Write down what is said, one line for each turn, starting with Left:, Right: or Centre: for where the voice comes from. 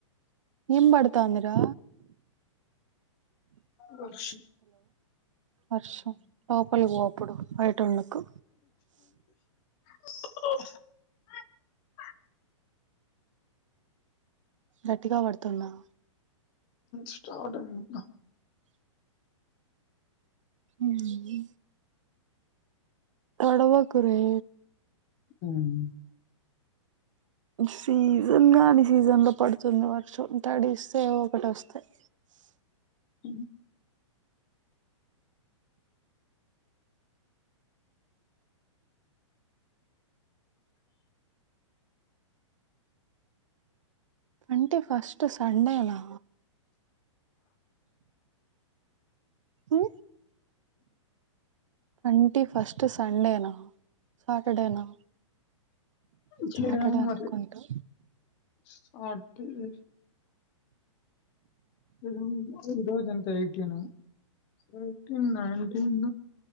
Right: ఎం బడతంది రా
Left: వర్షం
Right: వర్షం లోపలికి పో అప్పుడు బయటుండకు
Left: <inaudible>
Right: గట్టిగా పడుతుందా
Left: స్టార్ట్ అంట
Right: ఊ ఉ తడవకురే
Left: ఉమ్
Right: సీజన్ గాని సీజన్ లో పడుతుంది వర్షం తడిస్ ఏవో ఒకటస్తయ్
Left: ఉమ్
Right: అంటే ఫస్ట్ సండేనా ఉ అంటే ఫస్ట్ సండేనా సాటర్డేనా
Left: చూడాలా
Right: సాటర్డే
Left: మరి
Right: అనుకుంటా
Left: సాటర్డే ఈరోజు ఈరోజ్ ఎంత ఎయిటీన్ ఎయిటీన్ నైన్టీన్